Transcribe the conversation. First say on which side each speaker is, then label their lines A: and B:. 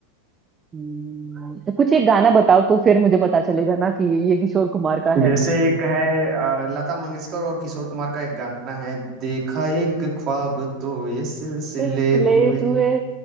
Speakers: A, on the right (about 20°); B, on the right (about 35°).
A: हम्म, तो कुछ एक गाना बताओ तो फिर मुझे पता चलेगा ना कि ये किशोर कुमार का है
B: जैसे एक है अ, लता मंगेशकर और किशोर कुमार का एक गाना है देखा एक ख्वाब तो ये सिलसिले
A: सिलसिले
B: हुए
A: हुए